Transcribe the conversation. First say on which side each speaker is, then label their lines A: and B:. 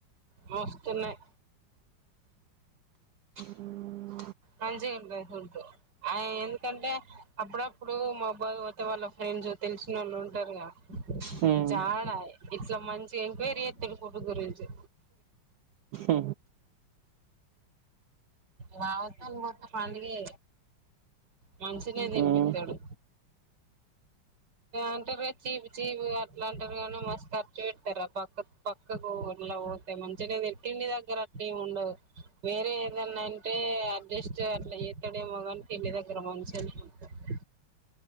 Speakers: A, on the right; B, on the right.
A: మస్తున్నాయ్
B: ఆ
A: మంచిగుంట ఫుడ్ ఆయ ఎందుకంటే అప్పుడప్పుడు మా అబ్బాయి పోతే వాళ్ళ ఫ్రెండ్ కొంచం తెలిసినోళ్ళు ఉంటారుగా
B: హ్మ్
A: జాడా ఇట్లా మంచి ఎంక్వైరీ ఎస్తాడు ఫుడ్ గురించి
B: ఆ
A: నా త పండుగే మంచిగానే తినిపిత్తాడు
B: హ్మ్
A: అంతే చిపు చీపు అట్లాంటరు కానీ మస్ ఖర్చు పెడతారు ఆ పాప పక్క పక్కకులాడతాయి మంచిగా తిండి దగ్గర అట్లేం ఉండవు వేరే ఏదన్నా అంటే అడ్జస్ట్ అట్లా చేతాడేమో కాని తిండి దగ్గర మంచిని అ